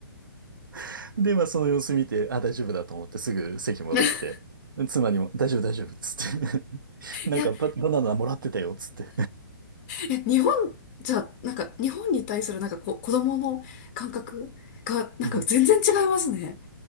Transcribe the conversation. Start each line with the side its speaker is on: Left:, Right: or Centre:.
Right: <laughs> で、まあその様子見て、あ、大丈夫だと思ってすぐ席戻って、
Left: <laughs>
Right: 妻にも大丈夫大丈夫っつって <laughs> なんかバ、
Left: いや
Right: バナナもらってたよ、つって。
Left: え日本じゃ、なんか、日本に対するなんかこ、子供の感覚が、なんか全然違いますね。
Right: うん。